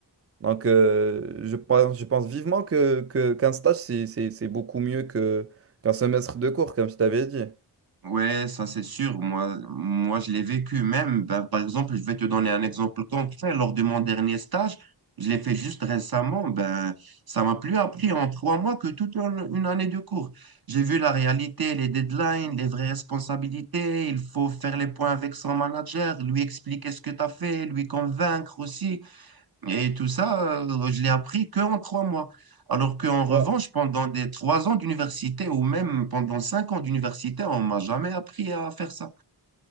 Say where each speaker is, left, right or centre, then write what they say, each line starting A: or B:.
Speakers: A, on the right; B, on the right.
A: Donc, euh, je pense, je pense vivement que, que, qu'un stage, c'est, c'est, c'est beaucoup mieux que, qu'un semestre de cours, comme je t'avais dit.
B: Ouais, ça c'est sûr. Moi, moi, je l'ai vécu même. Ben, par exemple, je vais te donner un exemple concret. Lors de mon dernier stage, je l'ai fait juste récemment. Ben, ça m'a plus appris en trois mois que toute une une année de cours. J'ai vu la réalité, les deadlines, les vraies responsabilités. Il faut faire les points avec son manager, lui expliquer ce que tu as fait, lui convaincre aussi. Et tout ça, euh, je l'ai appris que en trois mois. Alors qu'en revanche,
A: Ouais.
B: pendant des trois ans d'université ou même pendant cinq ans d'université, on m'a jamais appris à faire ça.